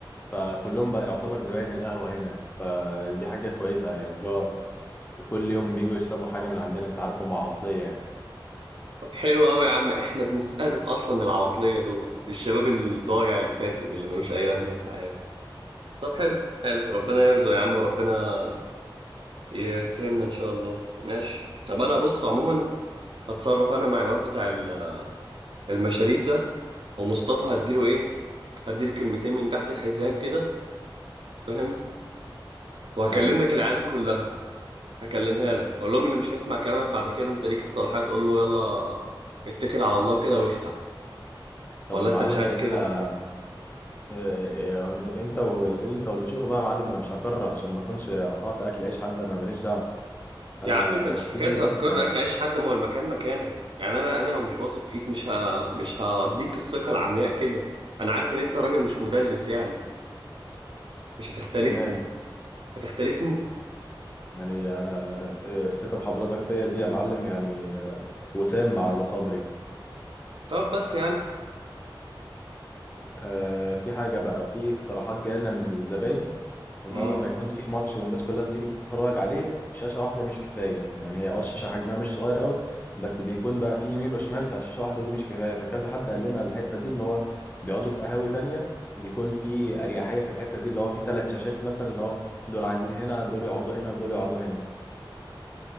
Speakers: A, on the left; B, on the right.
A: فكلهم بقى يعتبر زباين القهوة هنا فدي حاجة كويسة يعني اللي هو كل يوم بيجوا يشربوا حاجة من عندنا انت عارف هم عطلية يعني
B: طب حلو قوي يا عم احنا بنستهدف اصلا العواطلية دول الشباب الضايع الفاسد اللي ملوش اي لازمة في الحياة طب حلو حلو ربنا يرزق يا عم وربنا يكرمنا ان شاء الله ماشي طب انا بص عموما هتصرف انا مع الواد بتاع ال- المشاريب ده ومصطفى هديله ايه هديله كلمتين من تحت الحزام كده فاهم وهكلم
A: ايوه
B: لك العيال دي كلها هكلمها لك اقول لهم اللي مش هيسمع كلامك بعد كده انت ليك الصلاحيه تقول له يلا اتكل على الله كده واخلع
A: طب
B: ولا
A: يا معلم
B: انت مش عايز
A: جاي
B: كده
A: لنا يعني انت واللي انت واللي تشوفه بقى يا معلم انا مش هكرر عشان ما اكونش قطعت اكل عيش حد انا ماليش دعوة انا
B: يا عم انت مش
A: في
B: حكايه هتكرر
A: بس
B: اكل عيش حد ما هو المكان مكانك يعني انا انا لو مش واثق فيك مش ه... مش هديك الثقه العمياء كده انا عارف ان انت راجل مش مدلس يعني مش هتختلسني
A: تمام
B: هتختلسني
A: يعني انا آه، ثقة حضرتك فيا دي يا معلم يعني آه، وسام على صدري
B: طب بس يا عم
A: آه، في حاجة بقى في اقتراحات جاية لنا من الزباين ان
B: امم
A: هو لما يكون في ماتش والناس كلها بتيجي بتتفرج عليه شاشه واحده مش كفايه يعني هي اه الشاشه حجمها مش صغير قوي بس بيكون بقى في يمين وشمال فالشاشه واحده دي مش كفايه فكذا حد قال لنا الحته دي ان هو بيقعدوا في قهاوي تانية بيكون في اريحيه في الحته دي اللي هو في ثلاث شاشات مثلا اللي هو دول عايزين هنا دول يقعدوا هنا دول يقعدوا هنا